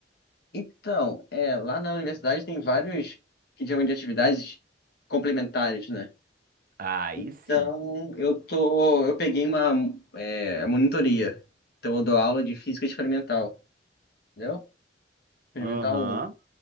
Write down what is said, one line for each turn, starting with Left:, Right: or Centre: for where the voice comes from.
Left: Então, é, lá na universidade tem vários que chamam de atividades complementares, né?
Right: Aí
Left: Então,
Right: sim.
Left: eu tô, eu peguei uma é, monitoria. Então, eu dou aula de física experimental, entendeu? Experimental
Right: Aham,
Left: um.